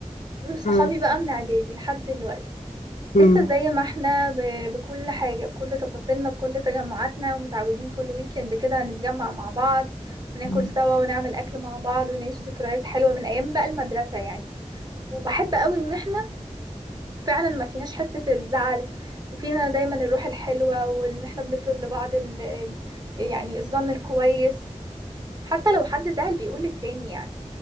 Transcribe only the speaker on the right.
دول صحابي
بقى من إعدادي لحد دلوقتي
لسه زي ما احنا ب... بكل حاجة بكل تفاصيلنا بكل تجمعاتنا ومتعودين كل ويكند كده هنتجمع مع بعض وناكل
سوا ونعمل أكل مع بعض ونعيش ذكريات حلوة من أيام بقى المدرسة يعني وبحب قوي ان احنا فعلا ما فيناش حتة الزعل وفينا دايما الروح الحلوة وان احنا بنفرض لبعض ال... ال- يعني الظن الكويس حتى لو حد زعل بيقول للتاني يعني